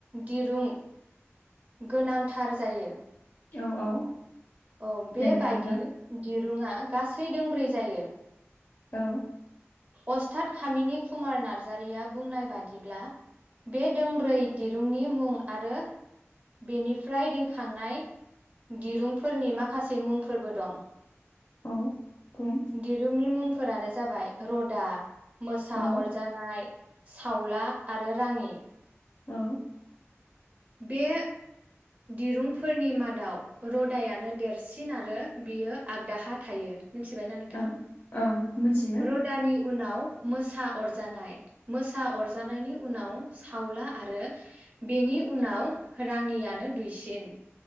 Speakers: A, on the right; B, on the left.
A: दिरुं गोनांथार जायो।
B: औ औ
A: औ बेबायदि
B: नंगौ नोंथां
A: दिर रुआ गासै दोंब्रै जायो।
B: औ
A: अस्थाद खामिनि कुमार नार्जारिया बुंनाय बादिब्ला बे दोंब्रै दिरुंनि मुं आरो बेनिफ्राय रिंखांनाय दिरुंफोरनि माखासे मुंफोरबो दं
B: औ बुं
A: दिरुंनि मुं फोरानो जाबाय रदा मोसा
B: औ
A: अरजानाय सावला आरो राङि
B: औ
A: बे दिरुंफोरनि मादाव रदायानो देरसिन आरो बियो आग दाहा थायो मिथिबायना नोंथां
B: औ औ मिथियो
A: रदानि उनाव मोसा अरजानाय मोसा अरजानायनि उनाव सावला आरो बेनि उनाव राङियानो दुइसिन